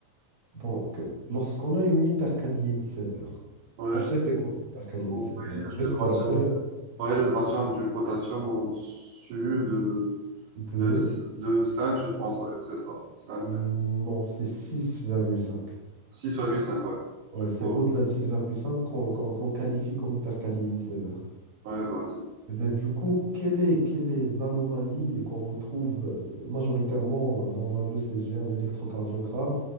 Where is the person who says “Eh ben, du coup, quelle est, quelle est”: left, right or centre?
Right